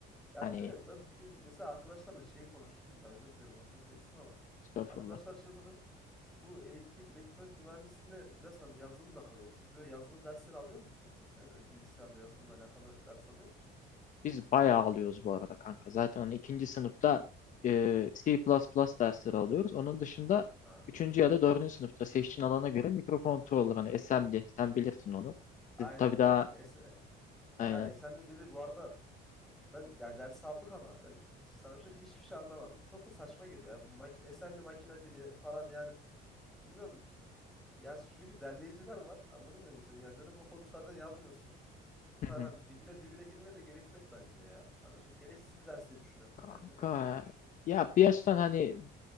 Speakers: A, in the centre; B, on the left (about 40°).
A: Ya
B: Hani
A: bir de ben bugün mesela arkadaşlarla şeyi konuştum. Ya özür dilerim lafını kestim ama.
B: estağfurullah.
A: Arkadaşlar şey konuştum. Bu elektrik elektronik mühendisliğine biraz hani yazılım da kayıyor. Siz böyle yazılım dersleri alıyor musunuz? Ya böyle bilgisayarla yazılımla alakalı ders alıyor musunuz?
B: Biz bayağı alıyoruz bu arada kanka. Zaten hani ikinci sınıfta e, C++ dersleri alıyoruz. Onun dışında
A: Ha,
B: üçüncü ya da dördüncü sınıfta seçtiğin alana göre mikrokontroller hani assembly sen bilirsin onu.
A: aynen.
B: Siz Tabii daha
A: Es es
B: aynen.
A: yani SMD dedi bu arada ben ya ders aldık ama ben sana bir şey diyeyim, hiçbir şey anlamadım. Çok da saçma geliyor ya bu makine assembly makine dili falan yani bilmiyorum. Ya çünkü derleyiciler var. Anladın mı demek istediğimi? Yani dönüp o kodu zaten yazmıyorsun. Sen
B: Hı hı.
A: hani dibine dibine girmeye de gerek yok bence ya. Hani çok gereksiz bir ders diye düşünüyorum ben
B: Kanka
A: ya. Bilmiyorum sen ne düşünüyorsun?
B: ya bir yaştan hani